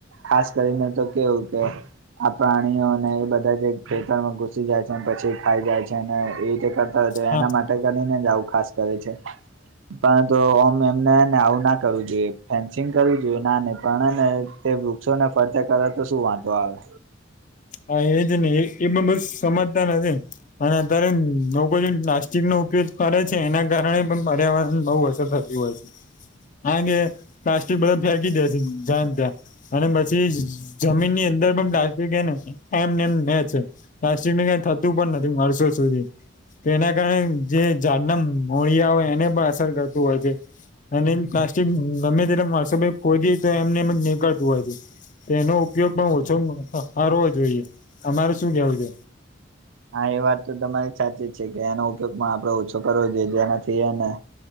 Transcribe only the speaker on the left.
હા
હા એજ ને એ અને અત્યારે લોકો જે પ્લાસ્ટિકનો ઉપયોગ કરે છે એના કારણે પણ પર્યાવરણ બઉ અસર થ તી હોય છે કારણ કે પ્લાસ્ટિક બધા ફેંકી દે છે જયાન ત્યાં. અને પછી જ જમીનની અંદર પણ પ્લાસ્ટિક હે ને. એમને એમ રે છે પ્લાસ્ટિકને કાઈ થતું પણ નથી વર્ષો સુધી. તેના કારણે જે ઝાડના મોળિયા હોય એને પણ અસર કરતું હોય છે. અને એ પ્લાસ્ટિક ગમે ત્યારે વર્સો પહી ખોજી તો એમને એમ જ નીકળતું હોય છે. તેનો ઉપયોગ પણ ઓછો હરવો જોઈએ અમારે શું કેવું છે?